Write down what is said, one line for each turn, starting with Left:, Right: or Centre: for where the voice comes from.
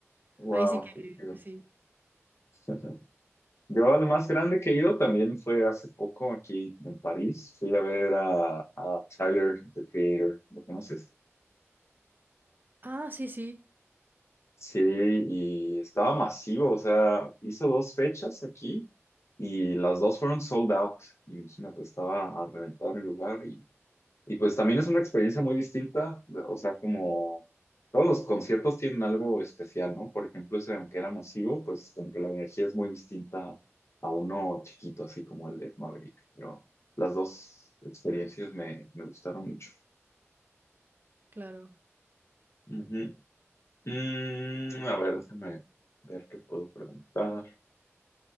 Left: Wow,
Right: Ahí sí
Left: qué
Right: que,
Left: chido.
Right: sí.
Left: <laughs> Yo al más grande que he ido también fue hace poco aquí en París. Fui a ver a, a Tyler, the Creator, ¿lo conoces?
Right: Ah, sí, sí,
Left: Sí, y estaba masivo, o sea, hizo dos fechas aquí y las dos fueron sold out. Imagínate, estaba a reventar el lugar y Y pues también es una experiencia muy distinta, o sea, como todos los conciertos tienen algo especial, ¿no? Por ejemplo, ese, aunque era masivo, pues aunque la energía es muy distinta a uno chiquito, así como el de Maverick, pero las dos experiencias me, me gustaron mucho.
Right: claro.
Left: Ujú. Mm, a ver, déjame ver qué puedo preguntar.